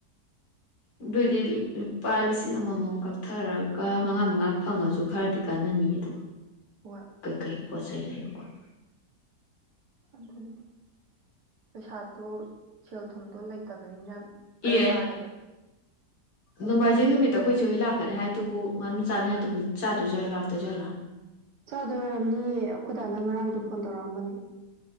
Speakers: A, on the left; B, on the right.
A: ꯑꯗꯨꯏꯗꯤ ꯂꯨꯄꯥ ꯂꯤꯁꯤꯡ ꯑꯃꯃꯝ ꯀꯛꯊꯔꯒ ꯃꯉꯥ ꯃꯉꯥ ꯐꯪꯉꯁꯨ ꯈꯔꯗꯤ ꯀꯥꯟꯅꯅꯤꯌꯦ ꯑꯗꯣ
B: ꯍꯣꯏ
A: ꯀꯩ ꯀꯩ ꯄꯣꯠ <unintelligible>
B: <unintelligible> ꯄꯩꯁꯥꯗꯣ ꯁꯦꯜ ꯊꯨꯝꯗꯣ ꯂꯩꯇꯕꯅꯤꯅ ꯐꯔꯛ
A: ꯑꯦ
B: ꯇꯥꯔꯦꯕ
A: ꯅꯣꯡꯃꯥꯏꯖꯤꯡ ꯅꯨꯃꯤꯠꯇ ꯑꯩꯈꯣꯏꯁꯨ ꯍꯩ ꯂꯥꯛꯀꯅꯤ ꯍꯥꯏꯗꯨꯕꯨ ꯉꯥꯨ ꯆꯥꯅꯤ ꯍꯥꯏꯗꯨꯕꯨ ꯆꯥꯗꯣꯏꯥꯠꯂꯥ ꯂꯥꯛꯇꯣꯏꯖꯥꯠꯂꯥ
B: ꯆꯥꯗꯣꯏ ꯑꯣꯏꯔꯝꯅꯤꯌꯦ ꯑꯩꯈꯣꯏꯗꯥꯅ ꯉꯔꯥꯡꯁꯨ ꯐꯣꯟ ꯇꯧꯔꯛꯑꯝꯕꯅꯤ